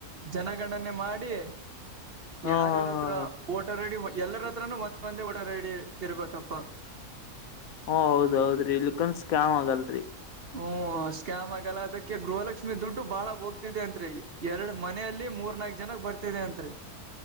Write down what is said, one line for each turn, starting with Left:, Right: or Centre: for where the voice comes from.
Right: ಜನಗಣನೆ ಮಾಡಿ
Left: ಹಾ
Right: ಯಾರ್ಯಾರ
Left: ಹಾ ಹಾ
Right: ಹತ್ರ
Left: ಹ
Right: ಓಟರ್ ಐಡಿ ಎಲ್ಲರ ಹತ್ರನು ಒಂದ್ ಒಂದೆ ಓಟರ್ ಐಡಿ ಇರ್ಬೇಕಪ್
Left: ಹಓ ಹೌದೌದ್ರಿ ಲುಕ್ನ್ ಸ್ಕ್ಯಾಮ್ ಆಗಲ್ರಿ
Right: ಹ್ಮ್ ಸ್ಕ್ಯಾಮ್ ಆಗಲ್ಲ ಅದಕ್ಕೆ ಗೃಹಲಕ್ಷ್ಮಿ ದುಡ್ಡು ಬಾಳ ಹೋಗ್ತಿದೆ ಅತ್ರಿ ಎರಡು ಮನೆಯಲ್ಲಿ ಮೂರ ರ್ನಾಕ್ ಜನಕ್ ಬರ್ತಿದೆ ಅತ್ರಿ